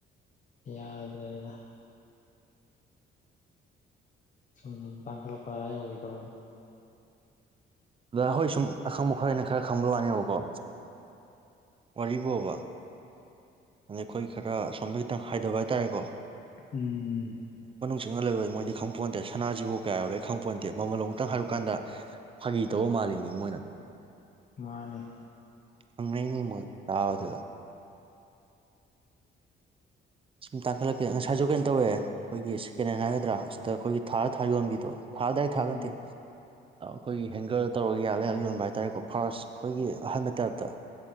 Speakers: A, on the left (about 40°); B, on the right (about 25°).
A: ꯌꯥꯗ꯭ꯔꯦꯗ ꯁꯨꯝ ꯁꯨꯝ ꯇꯥꯡꯈꯠꯂꯛꯄꯗ ꯑꯥ ꯌꯧꯒꯤꯗꯣꯔꯕꯅꯦ
B: ꯗꯗꯥ ꯍꯣꯏ ꯁꯨꯝ ꯑꯈꯪꯕ ꯈꯔ ꯑꯣꯏꯅ ꯈꯔ ꯈꯪꯕ ꯋꯥꯅꯦꯕꯀꯣ ꯋꯥꯔꯨꯕꯣꯕ ꯑꯗꯩ ꯑꯈꯣꯏ ꯈꯔ ꯑꯁꯣꯝꯗꯩ ꯈꯤꯇꯪ ꯍꯥꯏꯗꯕ ꯍꯥꯏꯇꯥꯔꯦꯀꯣ
A: ꯎꯝ
B: ꯆꯤꯡꯅꯂꯩꯕꯣꯢ ꯃꯣꯏꯗꯤ ꯈꯪꯄꯣꯟꯇꯦ ꯁꯅꯥꯖꯤꯕꯨ ꯀꯌꯥ ꯌꯧꯔꯦ ꯈꯪꯄꯣꯟꯇꯦ ꯃꯃꯜ ꯑꯃꯨꯛꯇꯪ ꯍꯥꯏꯔꯨꯀꯥꯟꯗ ꯐꯥꯒꯤ ꯇꯧꯕ ꯃꯥꯜꯂꯤꯅꯤ ꯃꯣꯏꯅ
A: ꯃꯥꯅꯤ
B: ꯍꯡꯅꯩꯅꯤ ꯃꯣꯢ ꯇꯥꯕꯗꯒ ꯁꯨꯝ ꯇꯥꯈꯠꯂꯛꯀꯦ ꯉꯁꯥꯏꯁꯨ ꯀꯩꯅꯣ ꯇꯧꯋꯦ ꯑꯩꯈꯣꯏꯒꯤ ꯁꯦꯀꯦꯟ ꯍꯦꯟ ꯍꯥꯏꯒꯗ꯭ꯔꯥ ꯁꯤꯗ ꯑꯩꯈꯣꯏꯒꯤ ꯊꯥ ꯊꯥ ꯌꯣꯟꯕꯤꯗꯣ <unintelligible>
A: ꯎꯝ
B: ꯑꯈꯣꯏꯒꯤ ꯍꯦꯡꯒꯔ ꯇꯧꯔ ꯌꯥꯜꯂ ꯌꯥꯜꯂ ꯌꯣꯟꯕ ꯍꯥꯏꯇꯥꯔꯦꯀꯣ ꯐꯥꯔꯁꯠ ꯑꯈꯣꯏꯒꯤ ꯑꯍꯟꯕ ꯇꯥꯏꯞꯇ